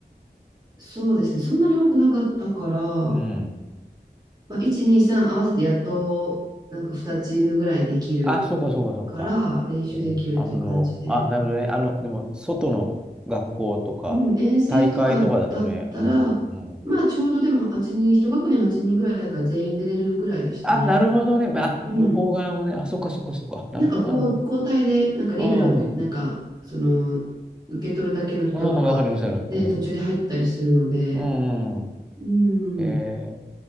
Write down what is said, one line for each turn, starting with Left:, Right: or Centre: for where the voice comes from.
Right: そうですね。そんなに多くなかったから、ま
Centre: うん。
Right: あ、1、2、3合わせてやっと、なんか2チームぐらいできる
Centre: あ、そうか、そうか、そうか。
Right: から、練習できるっていう感じで。
Centre: うん、なるほど。あ、なるほどね。あの、でも、外の学校とか、
Right: うん、衛星とかだったら、
Centre: 大会とかだとね、うん、うん。
Right: まあちょうどでも8人、一学年8人ぐらいだから全員出れるぐらいでしたね。
Centre: あ、なるほどね。まあ、
Right: うん。
Centre: 向こう側もね、あ、そっか、そっか、そっか。なるほど、
Right: なんかこう交代で、
Centre: なるほ
Right: なんかリベロって言って、
Centre: ど。
Right: なんかその受け取るだけの人とかで途中で入ったりするので、
Centre: うん、うん、わかります、わかります。うん、うん、うん。
Right: うん。
Centre: え